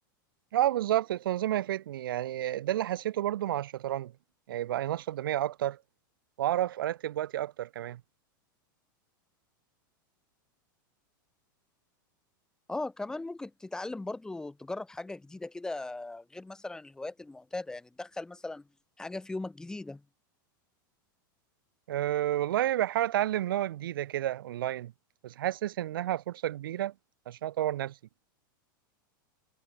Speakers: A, on the right; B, in the centre.
A: اه بالظبط التنظيم هيفيدني يعني ده اللي حسيته برضو مع الشطرنج يعني بقى ينشط دماغي اكتر واعرف ارتب وقتي اكتر كمان
B: اه كمان ممكن تتعلم برضو تجرب حاجة جديدة كده غير مثلا الهوايات المعتادة يعني تدخل مثلا حاجة في يومك جديدة
A: أه والله بحاول اتعلم لغة جديدة كده اونلاين بس حاسس انها فرصة كبيرة عشان اطور نفسي